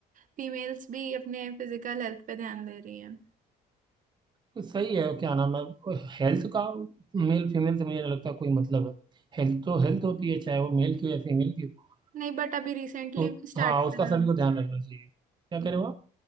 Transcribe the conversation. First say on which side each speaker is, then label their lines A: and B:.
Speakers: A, on the right; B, on the right.
A: फीमेल्स भी अपने फिजिकल हेल्थ पे ध्यान दे रही हैं
B: तो सही है क्या नाम है हेल्थ का मेल फीमेल से मुझे नहीं लगता कोई मतलब है हेल्थ तो हेल्थ होती है चाहे वो मेल की हो या फीमेल की हो
A: नहीं बट अभी रिसेंटली
B: तो
A: स्टार्ट
B: हाँ उसका
A: करा
B: सभी को ध्यान रखना चाहिए क्या करें
A: है
B: वो